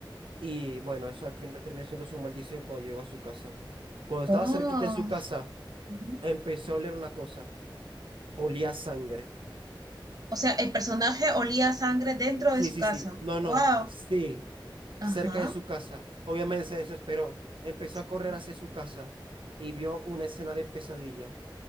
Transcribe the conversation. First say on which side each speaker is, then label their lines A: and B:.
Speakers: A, on the right; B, on the right.
A: Y bueno, eso al final terminó siendo su maldición cuando llegó a su casa. Cuando estaba
B: Oh.
A: cerquita de su casa,
B: Ujú.
A: empezó a oler una cosa. Olía a sangre.
B: O sea, el personaje olía a sangre dentro
A: Sí,
B: de su
A: sí,
B: casa.
A: sí. No, no.
B: Wow.
A: Sí. cerca
B: Ajá.
A: de su casa. Obviamente se desesperó, empezó
B: Sí.
A: a correr hacia su casa y vio una escena de pesadilla.